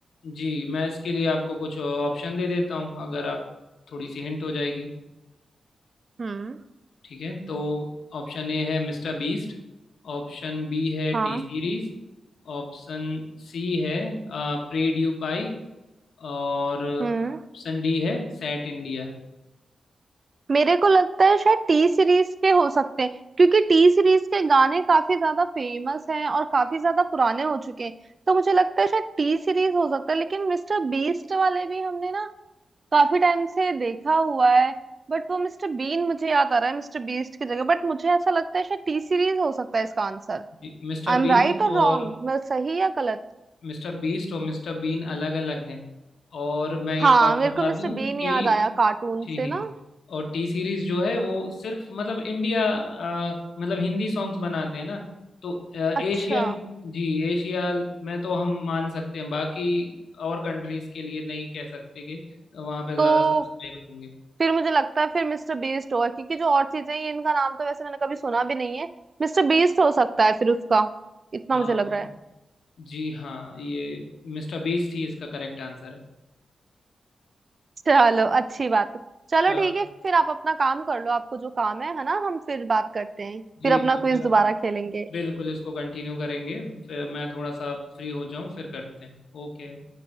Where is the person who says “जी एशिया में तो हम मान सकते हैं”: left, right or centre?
Left